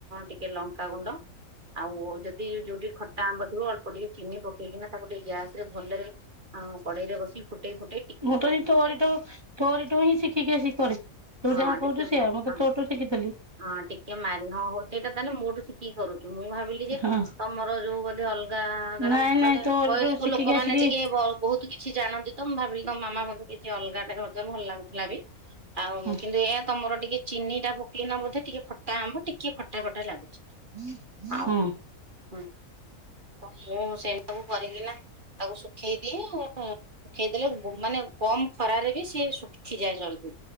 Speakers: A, on the right; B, on the right.
A: ଟିକେ ଲଙ୍କାଗୁଣ୍ଡ ଆଉ ଯଦି ଯୋଉଟି ଖଟା ଆମ୍ବ ଥିବ ଅଳ୍ପ ଟିକେ ଚିନି ପକେଇକିନା ତାକୁ ଟିକେ ଗ୍ୟାସରେ ଭଲରେ ଆଉ କଡେଇରେ ବସି ଫୁଟେଇ ଫୁଟେ
B: ମୁଁ ତ ହିଁ ତୋରିଠୁ ତୋରିଠୁ ହିଁ ଶିଖିକି ଆସି କରିଛି ତୁ
A: ହଁ
B: ଯାହା
A: ଟିକେ
B: କହୁଛୁ ସେୟା ମୁଁ ତ
A: ହଁ
B: ତୋଠୁ ଶିଖିଥେଲି।
A: ହଁ ଟିକେ ମାନ ହଉ ସେଇଟା ତାହେଲେ ମୋଠୁ ଶିଖିକି କରୁଛ। ମୁଁ ଭାବିଲି ଯେ
B: ହଁ
A: ତମର ଯୋଉ ବୋଧେ ଅଲଗା କାରଣ
B: ନାଇଁ ନାଇଁ
A: ମାନେ
B: ତୋରିଠୁ
A: ବୟସ୍କ
B: ଶିଖିକି
A: ଲୋକମାନେ
B: ଆସିକି
A: ଟିକେ ବହୁତ୍ କିଛି ଜାଣନ୍ତି। ତ ମୁଁ ଭାବିଲି ତମ ମାମା ବୋଧେ କିଛି ଅଲଗା ଟା କରି ଭଲ ଲାଗୁଥିଲା ବି ଆଉ
B: ହୁଁ
A: କିନ୍ତୁ ଏହା ତମର ଟିକେ ଚିନି ଟା ପକେଇନା ବଧେ ଟିକେ ଖଟା ଆମ୍ବ ଟିକେ ଖଟା ଖଟା ଲାଗୁଛି।
B: ହୁଁ।
A: ଆଉ ହୁଁ ତ ମୁଁ ସେ ସବୁ କରିକିନା ତାକୁ ଶୁଖେଇଦିଏ ଶୁଖେଇଦେଲେ ମାନେ କମ୍ ଖରାରେ ବି ସିଏ ଶୁଖିଯାଏ ଜଲ୍ଦି।